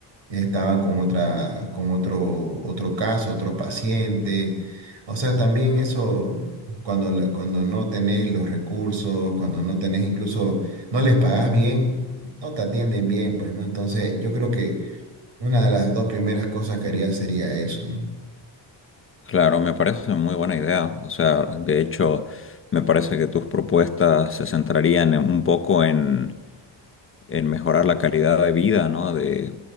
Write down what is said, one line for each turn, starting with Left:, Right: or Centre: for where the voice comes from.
Right: estaban con otra, con otro, otro caso, otro paciente. O sea, también eso, cuando, la- cuando no tenés los recursos, cuando no tenés incluso, no les pagás bien, no te atienden bien, pues, ¿no? Entonces, yo creo que una de las dos primeras cosas que haría sería eso, ¿no?
Left: Claro, me parece muy buena idea. O sea, de hecho, me parece que tus propuestas se centrarían en- un poco en... en mejorar la calidad de vida, ¿no? De,